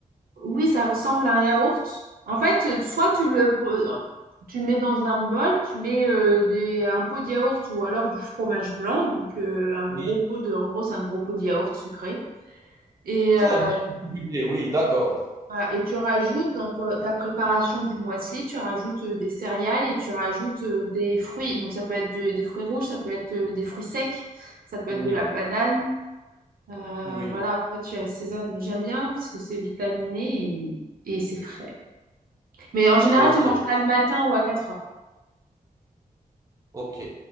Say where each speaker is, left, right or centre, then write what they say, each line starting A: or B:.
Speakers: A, on the right; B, on the right.
A: Oui, ça ressemble à un yaourt. En fait, euh, soit tu le, pr- tu le mets dans un bol, tu mets euh, des, un pot de yaourt ou alors du fromage blanc. Donc, euh, un
B: Oui,
A: gros pot de, en gros, c'est un gros pot de yaourt sucré. Et,
B: c'est
A: euh,
B: un dérivé du lait, oui, d'accord.
A: voilà. et tu rajoutes dans toi- ta préparation du muesli, tu rajoutes euh, des céréales et tu rajoutes euh, des fruits. Donc, ça peut être de- des fruits rouges, ça peut être euh, des fruits secs, ça peut
B: Oui,
A: être de la banane. Euh,
B: oui,
A: voilà, après tu assaisonnes, mais j'aime bien parce que c'est vitaminé et, et c'est frais. Mais en général,
B: OK.
A: tu manges ça le matin ou à quatre heures.
B: Ok,